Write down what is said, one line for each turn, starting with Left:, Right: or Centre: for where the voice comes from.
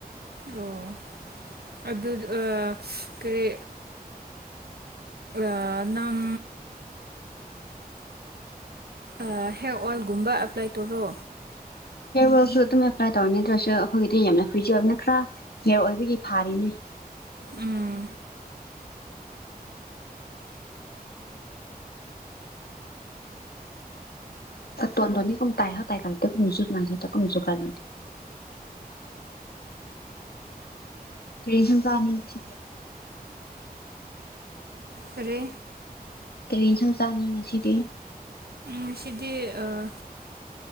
Right: ꯑꯣ ꯑꯗꯨ ꯑꯥ ꯀꯔꯤ ꯑꯥ ꯅꯝ ꯑꯥ ꯍꯤꯌꯔ ꯑꯣꯜꯒꯨꯝꯕ ꯑꯦꯄ꯭ꯂꯥꯏ ꯇꯧꯔꯣ
Left: ꯍꯤꯌꯔ ꯑꯣꯏꯜꯁꯨ ꯑꯗꯨꯝ ꯑꯦꯄ꯭ꯂꯥꯏ ꯇꯧꯅꯤꯗꯁꯨ ꯑꯩꯈꯣꯏꯒꯤꯗꯤ ꯌꯥꯝꯅ ꯐ꯭ꯔꯤꯖꯤ ꯑꯣꯏꯕꯅ ꯈꯔ ꯍꯤꯌꯔ ꯑꯣꯏꯕꯒꯤ ꯐꯥꯔꯤꯅꯤ
Right: ꯎꯝ
Left: ꯇꯣꯟꯗꯅꯤ ꯀꯨꯝ ꯇꯥꯏꯍ ꯇꯥꯏ ꯀꯥ ꯀꯨꯝꯖꯨ ꯃꯥꯏꯍ ꯀꯨꯝꯖꯒꯥ ꯅꯗꯤ ꯄ꯭ꯔꯦꯁꯟ ꯀꯥꯅꯤꯡ ꯉꯁꯤ
Right: ꯀꯔꯤ
Left: ꯀꯔꯤ ꯏꯟꯁꯥꯡ ꯆꯥꯅꯤ ꯉꯁꯤꯗꯤ
Right: ꯉꯁꯤꯗꯤ ꯑꯥ